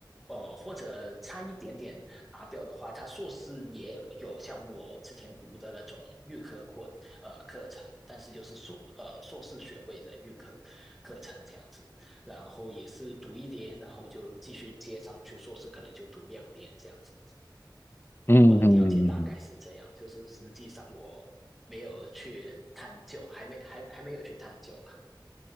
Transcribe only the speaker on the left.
嗯嗯嗯嗯。嗯